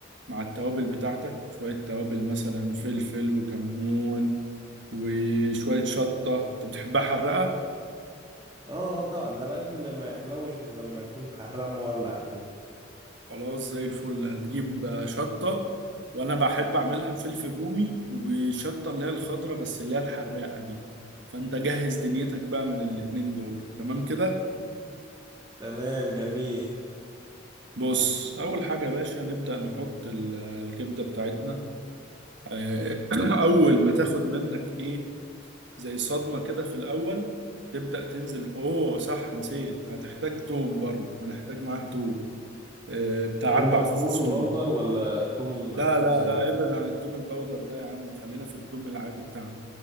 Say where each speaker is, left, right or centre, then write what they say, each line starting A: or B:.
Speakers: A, on the right; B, on the right.
A: مع التوابل بتاعتك شوية توابل مثلا فلفل وكمون وشوية شطة انت بتحبها حرقة
B: اه آه، طبعا ده الاكل ما يحلوش الا لما يكون حرام مولع كده
A: خلاص زي الفل هتجيب شطة وانا بحب اعملها بفلفل رومي وشطة اللي هي الخضرة بس اللي هي الحراقة دي فانت جهز دنيتك بقى من الاتنين دول تمام كده
B: تمام جميل
A: بص اول حاجة يا باشا نبدأ نحط ال- الكبدة بتاعتنا آه، <clears throat> اول ما تاخد منك ايه زي صدمة كده في الأول تبدأ تنزل أوه صح نسيت هتحتاج توم برضه هنحتاج معاها توم آه، بتاع
B: توم
A: أربع
B: مطحون
A: فصوص توم
B: بودر ولا توم
A: لا
B: توم
A: لا
B: سليم
A: لا ابعد عن التوم البودر ده يا عم خلينا في التوم العادي بتاعنا